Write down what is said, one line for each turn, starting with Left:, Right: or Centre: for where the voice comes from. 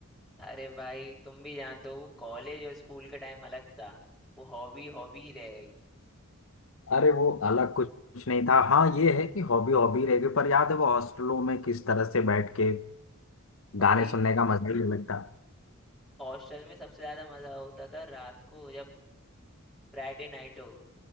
Centre: अरे भाई तुम भी जानते हो वो कॉलेज और स्कूल का टाइम अलग था वो हॉबी हॉबी ही रह गई
Left: अरे वो अलग कुछ कुछ नहीं था हाँ ये है कि हॉबी हॉबी रह गई पर याद है वो हॉस्टलों में किस तरह से बैठ के
Centre: भाई
Left: गाने सुनने का मजा ही अलग था
Centre: हॉस्टल में सबसे ज्यादा मजा होता था रात को जब फ्राइडे नाइट हो